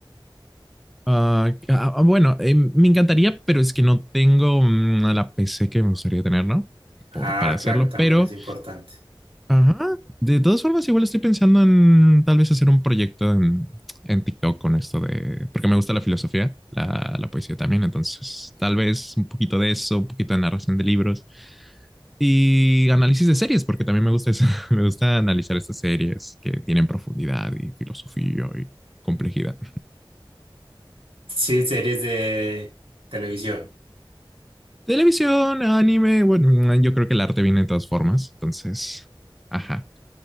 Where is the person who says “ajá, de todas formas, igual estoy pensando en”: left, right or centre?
Centre